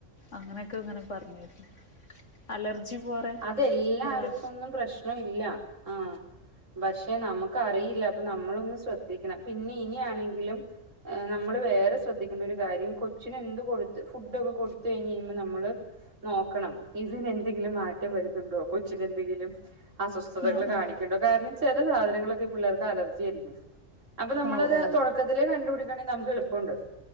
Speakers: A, on the left; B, on the right.
A: അങ്ങനെയൊക്കെ ഇങ്ങനെ പറഞ്ഞരുന്നു അലർജി പോറെ
B: ഇത എല്ലാവർക്കുംൊന്നും
A: ഒരാൾ
B: പ്രശ്നം ഇല്ല ആ ഭക്ഷ <inaudible> പക്ഷെ നമുക്ക് അറിയില്ല അപ്പൊ നമ്മളൊന്ന് ശ്രദ്ധിക്കണം പിന്നെ ഇനാണെങ്കിലും. നമ്മള് വേറെ ശ്രദ്ധിക്കേണ്ട ഒരു കാര്യം കൊച്ചിന് എന്ത് കൊടുത്ത് ഫുഡോക്കെ ഒക്കെ കൊടുത്ത് കഴിഞ്ഞ് കഴിയുമ്പോൾ നമ്മള് നോക്കണം. ഇതിനെന്തെങ്കിലും മാറ്റം വരുന്നുണ്ടോ? കൊച്ചനെന്തെങ്കിലും അസ്വസ്ഥതകൾ
A: ആഹ് ആഹ്
B: കാണി കാരണം ചില സാധനങ്ങളൊക്കെ പിള്ളേർക്ക് അലർജി ആയിരിക്കും. അപ്പൊ നമ്മളത്
A: ഓ ഓ
B: തൊടക്കത്തിലെ കണ്ടുപിടിക്കണെങ്കിൽ നമുക്ക് എളുപ്പോണ്ട്